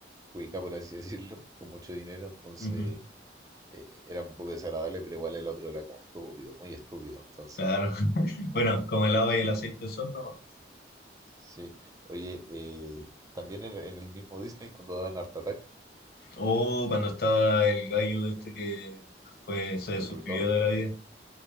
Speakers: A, on the right; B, on the left.
A: cuica, por así <laughs> decirlo, con mucho dinero, entonces
B: Ujú,
A: eh, era un poco desagradable, pero igual el otro era como estúpido, muy estúpido. Entonces,
B: Claro. <laughs> Bueno, como el agua y el
A: sí,
B: aceite son nomás.
A: sí. Oye, eh, también en, en el mismo Disney, cuando daban Art Attack,
B: O cuando estaba el gallo este que después
A: mm,
B: se
A: el
B: suscribió
A: Rui Torres.
B: de la vida.